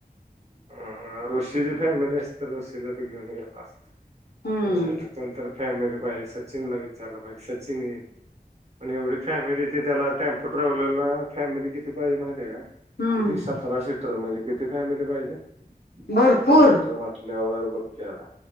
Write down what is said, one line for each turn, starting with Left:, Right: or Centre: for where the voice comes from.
Right: ह ऋषीची फॅमिली असते ऋषीला बी घेऊन गेल असतला
Left: हम्म
Right: कोणतरी फॅमिली पाहिजे सचिनला विचारलं पाहिजे सचिन ये पण एवढी फॅमिली ती त्याला टेम्पो ट्रॅव्हलरला फॅमिली किती पाहिजे माहितीय का
Left: हम्म
Right: किती सतरा सीटर म्हणजे किती फॅमिली पाहिजे
Left: भरपूर
Right: सतरा सीट म्हटल्यावर बघकी आता